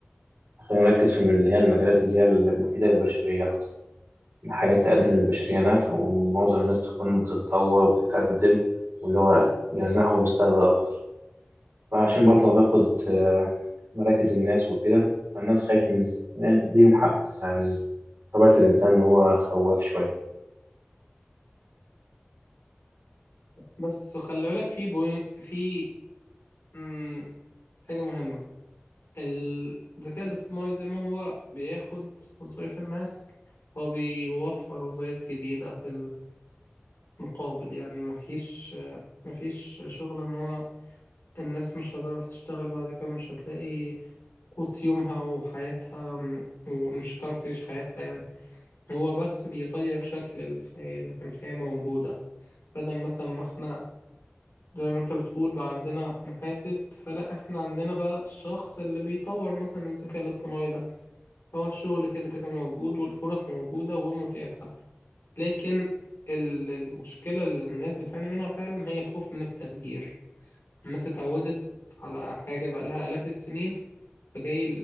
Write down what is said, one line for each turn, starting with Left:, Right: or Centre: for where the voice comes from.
Right: خلينا نركز في اللي هي المجالات اللي هي المفيدة للبشرية أكتر حاجات تقدم للبشرية نفع ومعظم الناس تكون بتتطور وبتتقدم واللي هو يمنحهم مستقبل أفضل فعشان برضه باخد آه، مراكز الناس وكده فالناس خايفة من آه، ليهم حق يعني طبيعة الإنسان إن هو خواف شوية
Left: بس خلي بالك في بوين في مم، حاجة مهمة الذكاء الاصطناعي زي ما هو بياخد وظايف الناس هو بيوفر وظايف جديدة في المقابل يعني مفيش مفيش شغل ان هو الناس مش هتعرف تشتغل بعد كده مش هتلاقي قوت يومها وحياتها م- ومش هتعرف تعيش حياتها يعني هو بس بيغير شكل الحياة لكن الحياة موجودة بدل مثلا ما احنا زي ما انت بتقول بقى عندنا محاسب فلا احنا عندنا بقى الشخص اللي بيطور مثلا الذكاء الاصطناعي ده هو الشغل كده كده موجود والفرص موجودة ومتاحة لكن ال- المشكلة اللي الناس بتعاني منها فعلا هي الخوف من التغيير الناس اتعودت على حاجة بقالها آلاف السنين فجاي